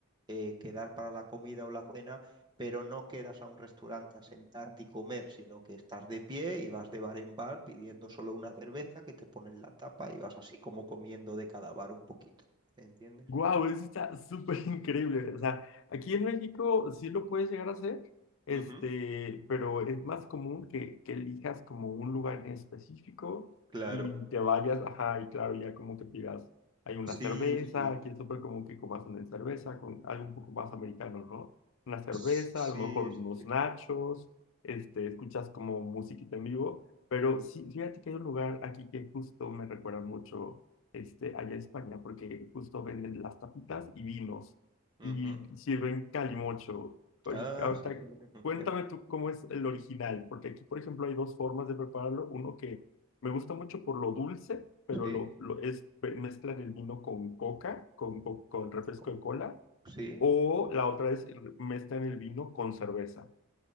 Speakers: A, on the right (about 20°); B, on the left (about 60°).
A: eh, quedar para la comida o la cena, pero no quedas a un restaurante a sentarte y comer, sino que estás de pie y vas de bar en bar pidiendo solo una cerveza que te ponen la tapa y vas así como comiendo de cada bar un poquito. ¿Entiendes?
B: Guau, eso está súper <laughs> increíble. O sea, aquí en México sí lo puedes llegar a hacer, este,
A: Ujú,
B: pero es más común que, que elijas como un lugar en específico
A: Claro.
B: y te vayas, ajá, y claro, ya como que pidas, hay una
A: Sí,
B: cerveza,
A: sí,
B: aquí es súper común que comas una cerveza con algo un poco más americano, ¿no? Una cerveza,
A: s- sí.
B: a lo mejor
A: sí.
B: unos nachos, este, escuchas como musiquita en vivo, pero sí, fíjate que hay un lugar aquí que justo me recuerda mucho este, allá en España, porque justo venden las tapitas y vinos
A: Ujú,
B: y sirven calimocho. Oy,
A: Ah,
B: Ahorita,
A: sí. <laughs> ujú,
B: cuéntame
A: Qué rico.
B: tú cómo es el original, porque aquí, por ejemplo, hay dos formas de prepararlo. Uno que me gusta mucho por lo dulce, pero
A: Sí,
B: lo, lo es, mezclan el vino con coca, con, co- con refresco
A: co-
B: de cola,
A: sí.
B: o la otra es mezclan el vino con cerveza. <laughs>